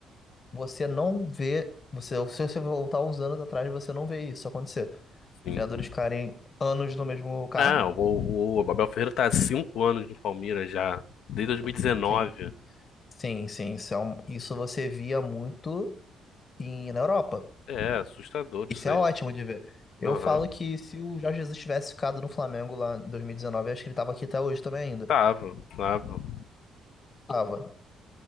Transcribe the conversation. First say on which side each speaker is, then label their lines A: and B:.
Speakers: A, on the left; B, on the left.
A: Você não vê. Você, se você voltar uns anos atrás, você não vê isso acontecer.
B: Sim.
A: Treinadores ficarem anos no mesmo cargo.
B: Ah, o, o, o Abel Ferreira tá há cinco anos no Palmeiras já. Desde 2019.
A: Sim. Sim, sim. Isso, é um- isso você via muito em, na Europa.
B: É, assustador
A: Isso
B: isso
A: é
B: aí.
A: ótimo de ver. Eu
B: Aham.
A: falo que se o Jorge Jesus tivesse ficado no Flamengo lá em 2019, eu acho que ele tava aqui até hoje também ainda.
B: Tava, tava.
A: Tava.